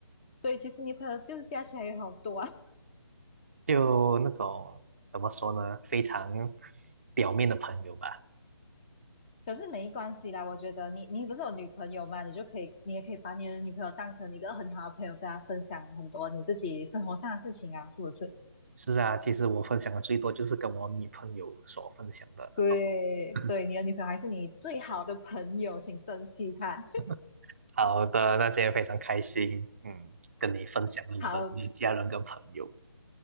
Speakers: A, on the left; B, on the right.
A: 所以其实你朋友就是加起来有好多啊。
B: 就那种怎么说呢，非常表面的朋友吧。
A: 可是没关系啦，我觉得你你不是有女朋友嘛，你就可以，你也可以把你的女朋友当成一个很好的朋友，跟她分享很多你自己生活上的事情啊，是不是？
B: 是啊，其实我分享的最多就是跟我女朋友所分享的那种。
A: 对，
B: <laughs>
A: 所以你的女朋友还是你最好的朋友，请珍惜她。
B: 哦好的，那今天非常开心，嗯，跟你分享了我的家人跟朋友。
A: 好